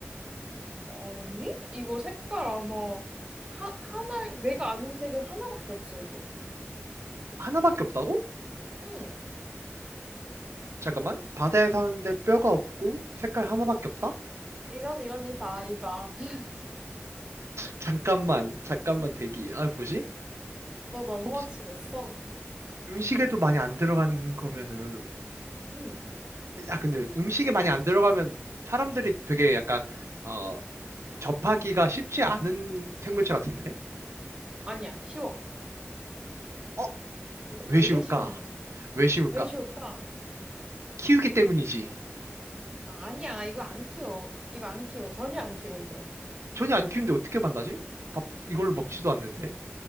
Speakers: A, on the right; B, on the right.
A: 아니, 이거 색깔 아마 하, 하나, 내가 아는 색은 하나밖에 없어, 이거.
B: 하나밖에 없다고?
A: 응.
B: 잠깐만. 바다에 사는데 뼈가 없고 색깔 하나밖에 없다?
A: 이런, 이런, 이봐, 이봐. <laughs>
B: 잠깐만, 잠깐만 대기. 아, 뭐지?
A: 너 너무
B: 혹시
A: 확신했어.
B: 음식에도 많이 안 들어가는 거면은,
A: 응.
B: 야, 근데 음식에 많이 안 들어가면 사람들이 되게 약간, 어, 접하기가 쉽지 않은 생물체 같은데?
A: 아니야, 쉬워.
B: 어?
A: 이거
B: 왜
A: 되게
B: 쉬울까?
A: 쉬운 음식이야.
B: 왜 쉬울까?
A: 왜 쉬울까?
B: 키우기 때문이지.
A: 아, 아니야, 이거 안 키워. 이거 안 키워. 전혀 안 키워, 이거는.
B: 전혀 안 키우는데 어떻게 만나지? 밥, 이걸 로 먹지도 않는데?